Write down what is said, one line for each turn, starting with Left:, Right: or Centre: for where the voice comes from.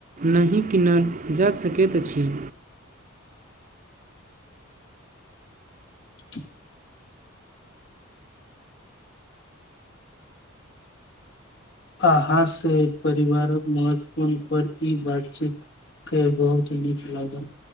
Right: नहि किनल जा सकैत अछि
Left: <inaudible> आहा से परिवारक महत्वपूर्ण पर इ बातचीत के बहुत नीक लागल